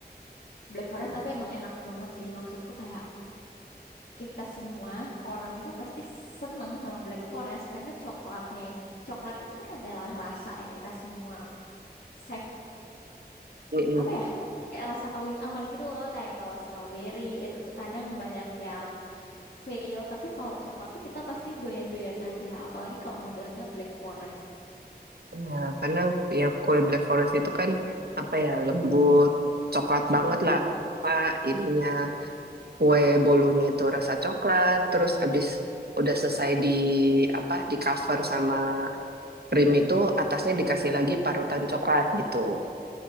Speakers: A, on the left; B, on the right.
A: Black Forest tapi emang enak banget sih. Maksudku kayak kita semua orang itu pasti seneng sama Black Forest karena coklatnya itu coklat itu kan adalah rasa yang kita semua safe
B: Mm-mm.
A: apa ya? Kayak rasa paling aman gitu loh. Kayak kalau strawberry itu tuh kadang banyak yang fail, tapi kalau coklat tuh kita pasti doyan-doyan aja, apalagi kalau modelnya Black Forest.
B: Ya, karena ya kue Black Forest itu kan apa ya lembut, coklat
A: Mm-mm.
B: banget lah. Apa ininya kue bolunya itu rasa coklat, terus abis udah selesai di apa di cover sama krim itu atasnya dikasih lagi parutan coklat gitu.